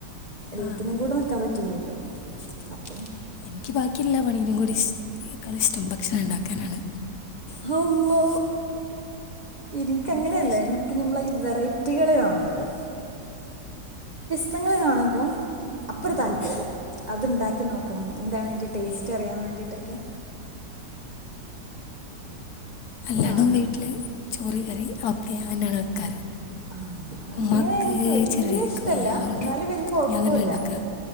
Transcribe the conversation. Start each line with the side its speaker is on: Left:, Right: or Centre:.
Right: എല്ലാത്തിനും
Left: ആ അങ്ങനെയാണല്ലേ
Right: കൂടെ നിക്കാൻ പറ്റൂല ല്ലോ അപ്പൊ
Left: എനിക്ക് ബാക്കില്ലാ പണിയനും കൂടി കള ഇഷ്ടം ഏ ക്കാലിഷ്‌ടം ഭക് ഭക്ഷണംണ്ടാക്കാനാണ്
Right: ഹള്ളാ ഇ നിക്കങ്ങനെയല്ല
Left: എനിക്കതാ ഇഷ്ടം
Right: എനിക്ക് നമ്മള വെറൈറ്റികൾ കാണുവല്ലോ ലോ പുതങ്ങള്ൾ കാണുമ്പോൾ അപ്പറ
Left: ആ
Right: <inaudible> കാണുമ്പോ അപ്പൊരു താല്പര്യംഅത്ണ്ടാക്കി നോക്കണം എന്താണ് അതിന്റെ ടേസ്റ്റ്
Left: ഏ,
Right: അറിയാൻവേണ്ടീട്ടൊക്കെ
Left: അല്ലണം
Right: ആ
Left: വീട്ടില് ചോറി കറി ഒ ക്കെ ഞാനാണ് വെക്കാറ്
Right: ആഹ് അങ്ങനെ
Left: ഉമ്മാ ക്ക്
Right: എനിക്ക് വല്യ
Left: ചെറിയ രീതിക്ക്
Right: ഇഷ്ടല്ല
Left: വയ്യ അതുകൊണ്ട്
Right: എന്നാലും വല്യ കൊഴപ്പുല്ല
Left: ഞാൻ തന്നെ ഉണ്ടാക്കാം